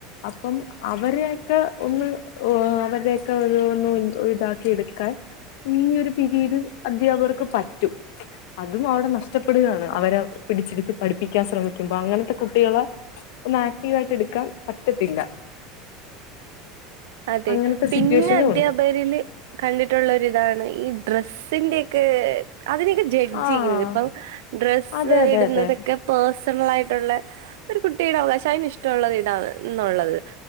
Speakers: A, on the left; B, on the right.
A: അപ്പം അവരോക്കെ ഒന്ന് അവര്ടെക്കെ ഒതുഒന്നുഎന്തോഇതാക്കി എടുക്കാൻ ഈ ഒരു പിരീഡ് അദ്ധ്യാപകർക്ക്പറ്റും അതും അവടെ നഷ്ടപ്പെടുകയാണ് അവരെ പിടിച്ചികെട്ടിപഠിപ്പിക്കാൻ ശ്രമിക്കുമ്പോ അങ്ങനത്തെകുട്ടികളെ ഒന്ന് ആക്റ്റീവായിട്ട് എടുക്കാൻ പറ്റത്തില്ല
B: അതെ
A: അങ്ങനത്തെ
B: പിന്ന
A: സിറ്റുവേഷനും
B: അധ്യ
A: ഉണ്ട്
B: പകരില് കണ്ടിട്ടോള്ളൊരിതാണ് ഈ ഡ്രസ്സിന്റെക്കെ അതെനിക്ക്‌ ജഡ്ജ്
A: ആഹ്
B: ചെയ്യുന്ന ഇപ്പം ഡ്രസ്സ്
A: അതെ അതെ
B: ഇടുന്നതെക്കെ
A: അതെ
B: പേഴ്സണലായിട്ടുള്ള ഒര് കുട്ടീടെ അവകാശ അയ്ന് ഇഷ്ടോള്ളത് ഇടാന്നുള്ളത്